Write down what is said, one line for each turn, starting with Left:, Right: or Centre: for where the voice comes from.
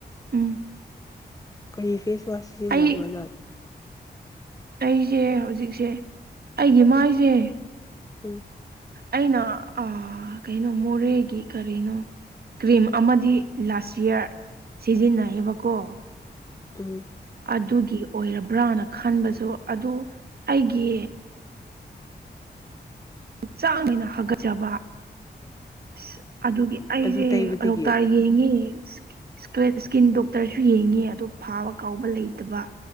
Right: ꯎꯝ
Left: ꯀꯔꯤ ꯐꯦꯁꯋꯥꯁ ꯁꯤꯖꯤꯟꯅꯕ꯭ꯔꯣꯅ
Right: ꯑꯩ ꯑꯩꯁꯦ ꯍꯧꯖꯤꯛꯁꯦ ꯑꯩꯒꯤ ꯃꯥꯏꯁꯦ
Left: ꯎꯝ
Right: ꯑꯩꯅ ꯀꯩꯅꯣ ꯃꯣꯔꯦꯒꯤ ꯀꯔꯤꯅꯣ ꯀ꯭ꯔꯤꯝ ꯑꯃꯗꯤ ꯂꯥꯁ ꯏꯌꯥꯔ ꯁꯤꯖꯤꯟꯅꯩꯌꯦꯕꯀꯣ
Left: ꯎꯝ
Right: ꯑꯗꯨꯒꯤ ꯑꯣꯏꯔꯕ꯭ꯔꯥꯅ ꯈꯟꯕꯁꯨ ꯑꯗꯨ ꯑꯩꯒꯤ ꯆꯥꯡꯅꯦꯏꯅ ꯍꯥꯒꯠꯆꯕ ꯑꯁ ꯑꯗꯨꯒꯤ ꯑꯩꯁꯦ
Left: ꯑꯗꯨ
Right: <unintelligible>
Left: ꯇꯩꯕꯗꯒꯤ
Right: <unintelligible> ꯏꯁꯀꯤꯟ ꯗꯣꯛꯇꯔꯁꯨ ꯌꯦꯡꯉꯤ ꯑꯣ ꯐꯥꯕ ꯀꯥꯎꯕ ꯂꯩꯇꯕ